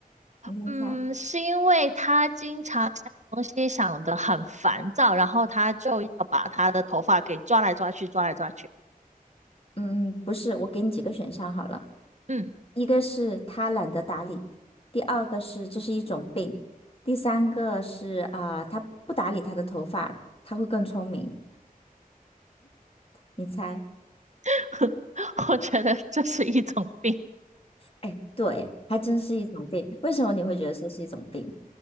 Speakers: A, on the left; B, on the right.
A: 你先猜。
B: 嗯，是因为他经常想东西想得很烦躁，然后他就要把他的头发给抓来抓去，抓来抓去。
A: 嗯，不是，我给你几个选项好了，
B: 嗯，
A: 一个是他懒得打理，第二个是这是一种病，第三个是啊、呃他不打理他的头发，他会更聪明。你猜？
B: <laughs> 我觉得这是一种病。
A: 哎，对，还真是一种病。为什么你会觉得这是一种病？